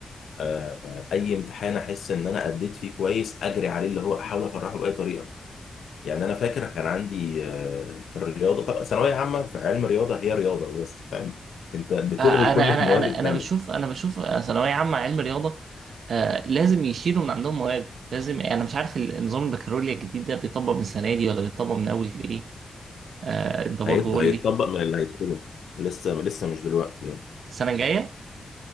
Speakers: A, on the left; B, on the right.
A: آه، اي امتحان احس ان انا اديت فيه كويس اجري عليه اللي هو احاول افرحه باي طريقه يعني انا فاكر كان عندي آه، في الرياضه طب ثانويه عامه في علم الرياضه هي رياضه بس فاهم انت بتلغي
B: آه انا
A: كل المواد
B: انا انا
A: التانيه
B: انا بشوف انا بشوف آه، ثانويه عامه علم رياضه آه لازم يشيلوا من عندهم مواد لازم يعني انا مش عارف النظام البكالوريا الجديد ده بيطبق من السنه دي ولا بيطبق من اول ايه آه انت برضو
A: هيط-
B: قول
A: هيتطبق
B: لي
A: من اللي هيدخله لسه لسه مش دلوقتي يعني
B: السنه الجايه